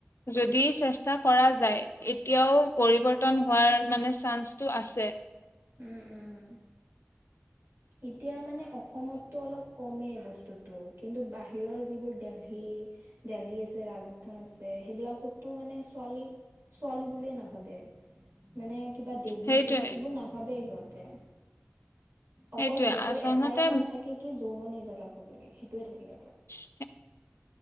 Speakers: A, on the left (about 65°); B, on the right (about 55°).
A: যদি চেষ্টা কৰা যায় এতিয়াও পৰিৱৰ্তন হোৱাৰ মানে চান্সটো আছে
B: উম উম এতিয়া মানে অসমতটো অলপ কমেই বস্তুতটো। কিন্তু বাহিৰত বাহিৰৰ যিবোৰ দেলহি দেলহি আছে, ৰাজস্থান আছে সেইবিলাকতো মানে ছোৱালী ছোৱালী বুলিয়ে নাভাবে মানে কিবা দেৱী
A: সেইটোৱে
B: চেৱী এইবোৰ নাভাবেই সিহঁতে অকল
A: সেইটোৱে
B: সিহঁতৰ
A: আচলমতে
B: এটাই মানে থাকে কি যৌন নিৰ্যাতন কৰিব লাগে। সেইটোয়ে থাকে সিহঁত
A: <unintelligible>